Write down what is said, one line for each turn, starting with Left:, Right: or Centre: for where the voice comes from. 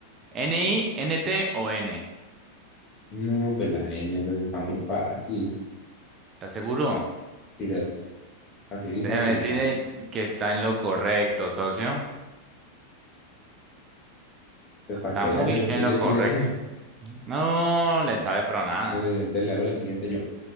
Right: N I, N t o N?
Left: no, pues la N, entonces está muy fácil.
Right: ¿Estás seguro?
Left: Quizás facilita,
Right: Déjeme
Left: facilita.
Right: decirle que está en lo correcto, socio.
Left: Pues para
Right: Está
Left: que veas,
Right: muy
Left: socio,
Right: en
Left: que
Right: lo
Left: yo sí
Right: correcto.
Left: le sé.
Right: No le sabe pero nada.
Left: Mira, entonces le hago la siguiente yo.